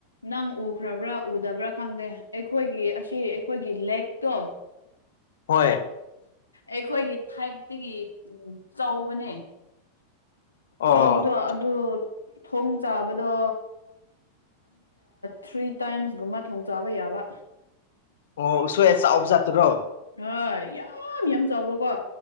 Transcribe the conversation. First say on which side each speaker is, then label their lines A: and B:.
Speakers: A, on the left (about 80°); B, on the left (about 60°).
A: ꯅꯪ ꯎꯈ꯭ꯔꯕ꯭ꯔꯥ ꯎꯗꯕ꯭ꯔꯥ ꯈꯪꯗꯦ ꯑꯩꯈꯣꯏꯒꯤ ꯑꯁꯤ ꯑꯩꯈꯣꯏꯒꯤ ꯂꯦꯛꯇꯣ
B: ꯍꯣꯏ
A: ꯑꯩꯈꯣꯏꯒꯤ ꯁꯥꯏꯠꯇꯒꯤ ꯎ ꯆꯥꯎꯧꯕꯅꯦ
B: ꯑꯣ
A: ꯆꯥꯎꯕꯗꯣ ꯑꯗꯨ ꯊꯣꯡ ꯆꯥꯕꯗꯣ ꯊ꯭ꯔꯤ ꯇꯥꯏꯝꯁꯒꯨꯝꯕ ꯊꯣꯡ ꯆꯥꯕ ꯌꯥꯕ
B: ꯑꯣ ꯁꯣꯏ ꯆꯥꯎꯕꯖ ꯇ꯭ꯔꯣ
A: ꯍꯣꯏ ꯌꯥꯝ ꯌꯥꯝ ꯆꯥꯎꯕꯀꯣ